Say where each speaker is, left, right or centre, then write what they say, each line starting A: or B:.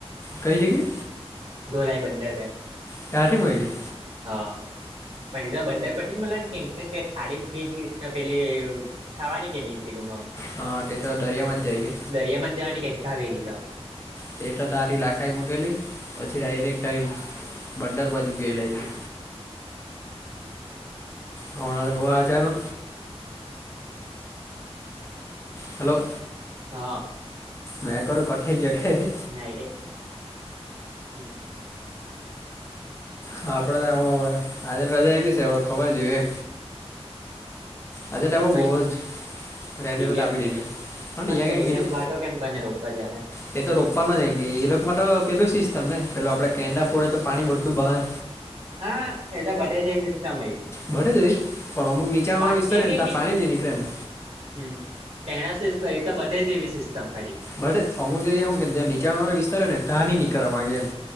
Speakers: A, on the left; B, on the right.
A: કઈ જગ્યા?
B: ધોલાઈ બંદર પે.
A: ક્યાંથી મઈલી.
B: હા પછી તો બંદર પરથી જ મલવાની <unintelligible> ખાવાની કે નહીં પેલું મા
A: હા તે તો દરિયામાં જાઈ કે
B: દરિયામાં જ જવાની કે કાવેરી તો
A: તે તો તથી લાખાઈ મુકેલી પછી
B: હમ
A: ડાયરેક્ટ ત ઇ બંદર બાજુ ગે લાયવી. આવણા તો બહુ હાચવાનુ
B: <unintelligible>
A: હલો
B: હા
A: નાકર કઠ જગાય
B: નાઈરેે હમ્મ
A: હા આપડે તો આજે રજા આવીી છે હવે ખબર જોઈ એ આજે ટાઈમમાં
B: કઈ
A: બહુ જ રેડ
B: દિવ્યાંગ
A: એલર્ટ આપી દેુંયા
B: અત્યારે
A: ક્યા
B: દિવ્યાંગ
A: ગીધુ
B: ભાટો કેમ કરીને રોપવા જાહે
A: તે તો રોપવાનો જ કેે એ લોકો માટે તો પેલું સિસ્ટમ ને પેલું આપડણે કેંડા ફોડે તો પાણી બધું બહાર
B: હા એ તો બધે જ સિસ્ટમ
A: બડ જ પણ અમક નીચાણ
B: વાત
A: વાળ વિસ્તારે
B: થઈ
A: ને ત
B: ગઈ
A: પાણી
B: કે
A: નની નીકળ ને
B: હમ એના સ એ તો બધે જ એવી સિસ્ટમ કરી
A: બટ અમુક જઈએ હું કે ત્યાં નીચાણ વાળ વિસ્તાર ન નીકળવા ગે એમ